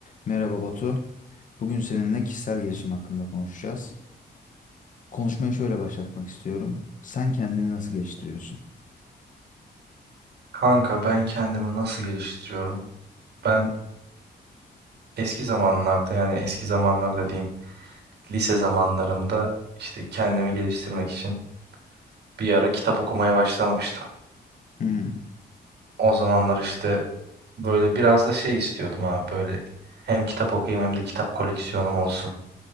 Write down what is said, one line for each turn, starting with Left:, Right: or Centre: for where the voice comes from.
Left: Merhaba Batu. Bugün seninle kişisel gelişim hakkında konuşacağız. Konuşmayı şöyle başlatmak istiyorum. Sen kendini nasıl geliştiriyorsun?
Right: Kanka ben kendimi nasıl geliştiriyorum? Ben eski zamanlarda yani eski zamanlarda diyeyim lise zamanlarımda işte kendimi geliştirmek için bir ara kitap okumaya başlamıştım.
Left: Hı hı.
Right: O zamanlar işte böyle biraz da şey istiyordum abi böyle hem kitap okuyayım hem de kitap koleksiyonum olsun